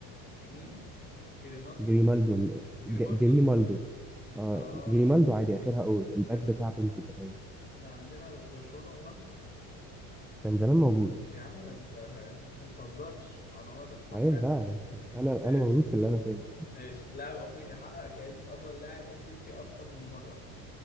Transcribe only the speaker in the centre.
جريمالدو ال-
ج- جريمالدو اه
جريمالدو عادي اخرها اوت الباك
بتاع بنفيكا كمان
كان زمان موجود
عيب
بقى انا
انا مولود في اللمسيه